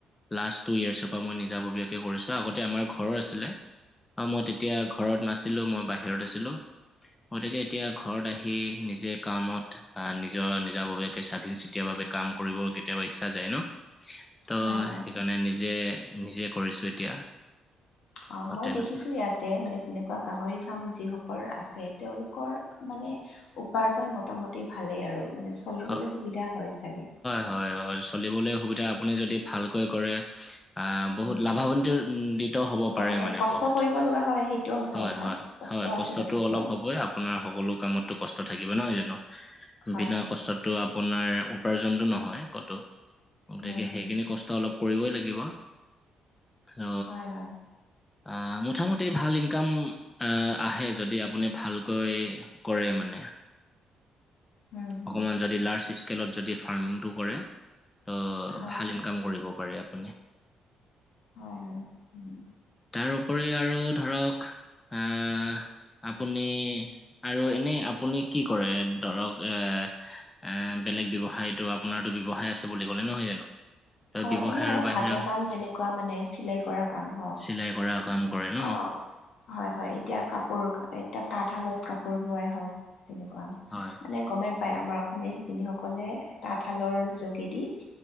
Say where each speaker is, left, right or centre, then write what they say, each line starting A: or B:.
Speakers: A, on the left; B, on the left.
A: লাষ্ট টু ইয়েৰ্চৰ পৰা মই নিজাববীয়াকে কৰিছো, আগতে আমাৰ ঘৰৰ আছিলে। অ মই তেতিয়া ঘৰত নাছিলোঁ মই বাহিৰত আছিলোঁ। গতিকে এতিয়া ঘৰত আহি নিজে কামত আহ নিজৰ নিজা ববিয়াকে স্বাধীন চিতিয়া বাবে - কাম কৰিব কেতিয়াবা ইচ্ছা যায় ন? ত'
B: হয় হয়।
A: সেইকাৰণে নিজে নিজে কৰিছোঁ এতিয়া।
B: অঁ
A: অ,
B: মই
A: তেনেকুৱা
B: দেখিছোঁ ইয়াতে মানে তেনেকুৱা গাহৰি ফাৰ্ম যিসকলৰ আছে - তেওঁলোকৰ মানে উপাৰ্জন মোটামুটি ভালেই আৰু মানে - চলিবলে
A: হয়
B: সুবিধা হয় চাগে!
A: হয় হয়, চলিবলে সুবিধা আপুনি যদি ভালকৈ কৰে - আঁ
B: উম
A: বহুত লাভাৱন্তিয় দিত হ'ব পাৰে
B: অ
A: মানে
B: কষ্ট
A: বহুত,
B: কৰিব লগা হয় সেইটোও সঁচা
A: হয়
B: কথা
A: হয়।
B: কষ্ট
A: হয়,
B: আছে
A: কষ্টটো
B: যথেষ্ট
A: অলপ হবই আপোনাৰ সকলো কামতো কষ্ট থাকিবয় নহয় জানো?
B: হয়
A: বিনা
B: হয়
A: - কষ্টতটো আপোনাৰ উপাৰ্জনটো নহয় কতো অ
B: হুম
A: তেতিয়া সেইখিনি
B: হুম
A: ক ষ্ট অলপ কৰিবই লাগিব। অ
B: হয় হয়
A: আহ মোটামুঠি
B: উম
A: ভাল ইনকাম - এহ আহে যদি আপুনি ভালকৈ কৰে মানে।
B: উম।
A: অকমান যদি লাৰ্জ স্কেলত যদি ফাৰ্মিংটো কৰে ত
B: হয়
A: ভাল
B: হয়
A: ইনকাম কৰিব পাৰি আপ পুনি।
B: হয় হয়। উম।
A: তাৰ ওপৰি আৰু ধৰক আঁহ - আপুনি আৰু এনেই আপুনি কি কৰে ধৰক - এ বেলেগ ব্যৱসায়ীটো আপোনাৰটো ব্যৱসায় আছে বুলি ক'লে নহয় জানো? ত
B: অ
A: ব্যৱসায়ৰ
B: এনেই আৰু
A: বাহিৰে
B: হাতৰ কাম যেনেকুৱা মানে চিলাই কৰা - কাম হওক
A: চিলাই কৰা কাম
B: মানে
A: কৰে ন
B: অঁ। হয় হয়, এতিয়া কাপোৰ এতিয়া তাঁতশালত কাপোৰ বোৱাই হওক - তেনেকুৱা,
A: হয়
B: মানে গমে পায় আমাৰ অসমীয়া শিপিনীসকলে তাঁতশালৰ যোগেদি -